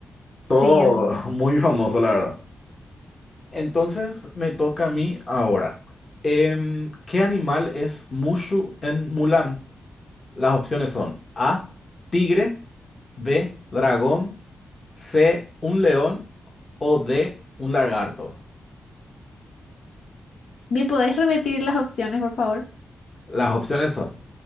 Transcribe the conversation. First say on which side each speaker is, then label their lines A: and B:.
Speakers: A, on the left (about 25°); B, on the left (about 75°).
A: Todo
B: Sí, así mismo.
A: <laughs> muy famoso, la verdad. Entonces me toca a mí ahora. Em, ¿qué animal es Mushu en Mulan? Las opciones son A, tigre, B, dragón, C, un león o D, un lagarto.
B: ¿Me podés repetir las opciones, por favor?
A: Las opciones son